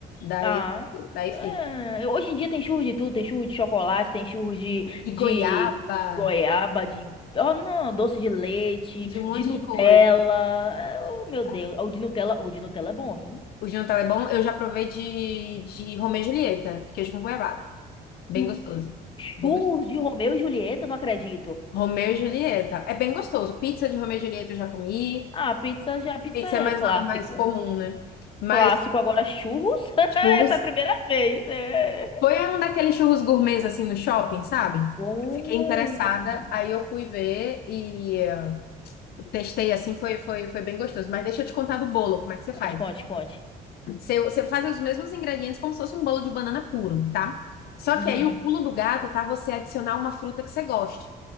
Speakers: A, on the left (about 65°); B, on the left (about 30°).
A: Daí,
B: Ah,
A: daí
B: é,
A: fica.
B: hoje em dia tem churros de tudo, tem churros de chocolate, tem churros de,
A: De
B: de
A: goiaba.
B: goiaba, de, oh não, doce de leite,
A: de um monte
B: de Nutella,
A: de coisa.
B: É, oh meu Deus,
A: Aí,
B: o de Nutella, o de Nutella é bom, viu?
A: O jantar é bom. Eu já provei de, de Romeu e Julieta, de queijo com goiabada. Bem
B: Hum,
A: gostoso. Bem
B: Churros
A: gostoso.
B: de Romeu e Julieta, não acredito.
A: Romeu e Julieta. É bem gostoso. Pizza de Romeu e Julieta eu já comi.
B: Ah, pizza já, pizza
A: Pizza
B: é
A: é mais,
B: clássico.
A: é mais comum, né? Mas
B: Clássico, agora churros? <laughs> Essa
A: churros.
B: é a primeira vez. é.
A: Foi um daqueles churros gourmets assim no shopping, sabe?
B: Hum.
A: Fiquei interessada, aí eu fui ver e eh, testei assim, foi, foi, foi bem gostoso. Mas deixa eu te contar do bolo, como é que você
B: Conte,
A: faz?
B: conte, conte.
A: Você, você faz os mesmos ingredientes como se fosse um bolo de banana puro, tá? Só
B: Uhum.
A: que aí o pulo do gato tá você adicionar uma fruta que você goste.